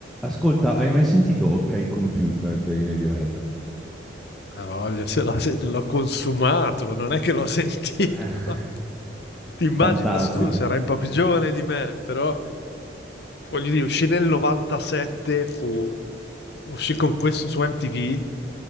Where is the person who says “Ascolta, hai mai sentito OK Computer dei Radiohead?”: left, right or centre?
Centre